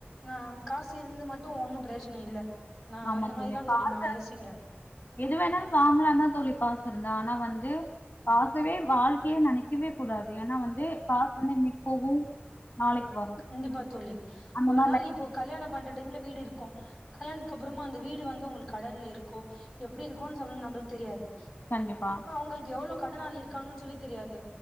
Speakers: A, in the centre; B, on the left.
A: ஆ காசு இருந்து மட்டு ஒன்னு பிரயோஜனம் இல்ல நா
B: ஆமா
A: அந்த மாதிரிதா தோழி
B: காசு
A: நா யோசிக்குறே
B: எது வேணாலு வாங்கலாந் தா தோழி காசு இருந்தா ஆனா வந்து காசவே வாழ்க்கையா நெனைக்க வே கூடாது ஏனா வந்து காசு வந்து இன்னிக்கு போகு நாளைக்கு வரு
A: கண்டிப்பா தோழி
B: அந்த
A: ஒரு
B: மாரி
A: நாள்
B: லைஃப்
A: இப்போ கல்யாணம் பண்ற டைம்ல வீடுருக்கு கல்யானத்துக் அப்புறமா அந்த வீடு வந்து உங்களுக்கு கடன்ல இருக்கோ எப்டி இருக்கோன்னு சொல்ல நம்ளுக்கு தெரியாது
B: கண்டிப்பா
A: உங்களுக்கு எவ்வளவு கடன்னாளி இருக்கான்னு சொல்லித் தெரியாது